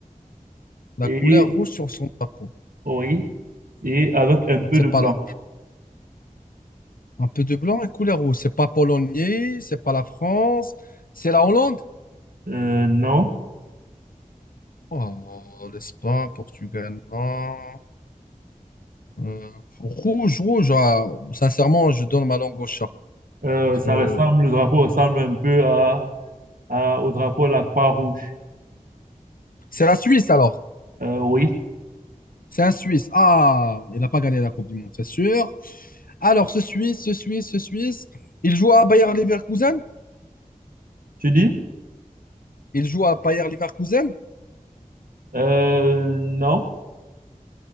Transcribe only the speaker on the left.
La
couleur rouge sur son tapon.
C'est
pas là. Un peu de blanc et couleur rouge. C'est pas polonais, c'est pas la France, c'est la Hollande.
Oh, l'Espagne, Portugal, non. Euh, rouge, rouge. ah, sincèrement, je donne ma langue au chat.
Parce
que-
C'est la Suisse alors.
C'est un Suisse. Ah, il n'a pas gagné la Coupe du Monde, c'est sûr. Alors, ce Suisse, ce Suisse, ce Suisse, il joue à Bayer Leverkusen.
Il joue à Bayer Leverkusen.